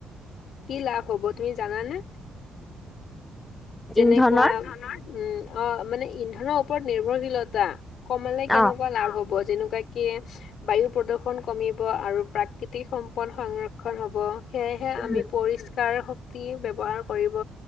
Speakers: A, on the left; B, on the left.
A: কি লাভ হ'ব তুমি জানানে? যেনেকুৱা,
B: ইন্ধনৰ
A: ধৰণৰ, উম। অহ, মানে ইন্ধনৰ ওপৰত নিৰ্ভৰশীলতা। কমালে কেনেকুৱা
B: অ
A: লাভ হ'ব? যেনেকুৱাকে বায়ু প্ৰদূৰ্ষণ কমিব আৰু প্ৰাকৃতিক সম্পদ সংৰক্ষণ হ'ব। সেয়েহে
B: উম
A: আমি ষ্কাৰ শক্তি ব্যৱহাৰ কৰিব